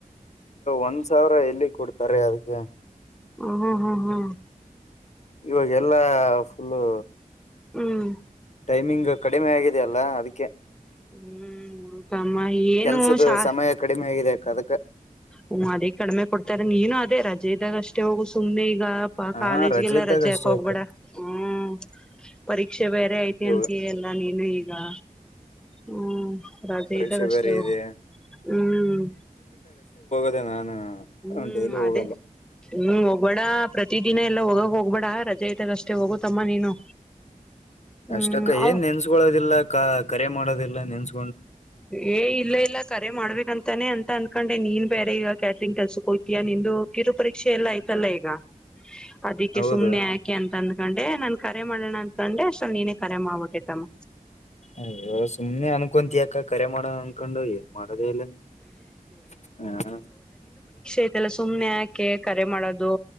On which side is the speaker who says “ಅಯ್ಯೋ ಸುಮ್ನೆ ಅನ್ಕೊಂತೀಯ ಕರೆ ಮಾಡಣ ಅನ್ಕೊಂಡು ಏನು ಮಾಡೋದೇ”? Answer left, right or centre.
Left